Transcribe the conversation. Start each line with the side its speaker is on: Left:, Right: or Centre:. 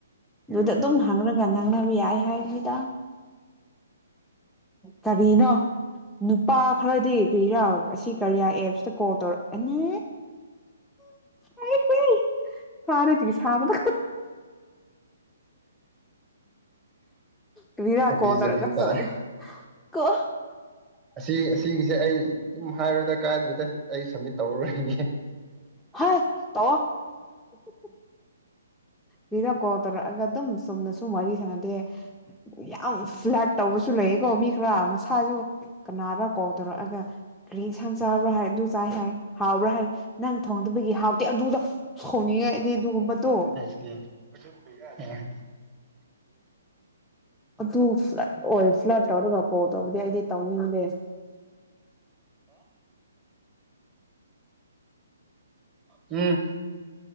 Centre: ꯑꯗꯨꯗꯥ
Right: ꯎꯝ
Centre: ꯑꯗꯨꯝ ꯍꯡꯔꯥ ꯉ ꯉꯥꯡꯅꯕ ꯌꯥꯏ ꯍꯥꯏꯕꯗ ꯀꯔꯤꯅꯣ ꯅꯨꯄꯥ ꯈꯔꯗꯤ ꯀꯔꯤꯔꯥ ꯑꯁꯤ ꯀꯔꯤꯌꯥ ꯑꯦꯞꯁꯇ ꯀꯣꯜ ꯇꯧꯔꯛ ꯑꯅꯤ <unintelligible> ꯁꯥꯕꯗ ꯀꯔꯤꯔ
Right: ꯍꯥꯕꯤ
Centre: ꯀꯣꯜꯖꯔꯒ
Right: ꯖꯕꯤ ꯇꯥꯔꯦ
Centre: ꯆ ꯀꯦ
Right: ꯑꯁꯤ ꯑꯁꯤꯒꯤꯁꯦ ꯑꯩ ꯑꯗꯨꯝ ꯍꯥꯏꯔꯨꯗ ꯀꯥꯏꯗ꯭ꯔꯗ ꯑꯩ ꯁꯝꯃꯤꯠ ꯇꯧꯔꯣꯏꯒꯦ
Centre: ꯍꯥ ꯇꯧ ꯑꯣ ꯎ <inaudible> ꯁꯤꯗ ꯀꯣꯜ ꯇꯧꯔꯛꯑꯒ ꯑꯗꯨꯝ ꯆꯨꯝꯅ ꯁꯨꯝ ꯋꯥꯔꯤ ꯁꯥꯟꯅꯗꯦ ꯌꯥꯝ ꯐꯥꯔꯠ ꯇꯧꯕꯁꯨ ꯂꯩꯌꯦꯀꯣ ꯃꯤ ꯈꯔ ꯉꯁꯥꯏꯁꯨ ꯀꯅꯥꯅ ꯀꯣꯜ ꯇꯧꯔꯛꯑꯒ ꯀꯔꯤ ꯏꯟꯁꯥꯡ ꯆꯥꯕ꯭ꯔꯥ ꯍꯥꯏꯔ ꯑꯗꯨ ꯆꯥꯏ ꯍꯥꯏ ꯍꯥꯎꯕ꯭ꯔꯥ ꯍꯥꯏꯔ ꯅꯡ ꯊꯣꯡꯗꯕꯒꯤ ꯍꯥꯎ ꯑꯗꯨꯗ ꯁꯣꯡꯅꯤꯡꯉꯥꯏ ꯑꯩꯗꯤ ꯑꯗꯨꯒꯨꯝꯕꯗꯣ
Right: <unintelligible>
Centre: ꯑꯗꯨ ꯐ꯭ꯂ ꯑꯣꯏ ꯐ꯭ꯂ ꯇꯧꯔꯒ ꯀꯣꯜ ꯇꯧꯕꯗꯤ ꯑꯩꯗꯤ ꯇꯧꯅꯤꯡꯗꯦ
Right: ꯎꯝ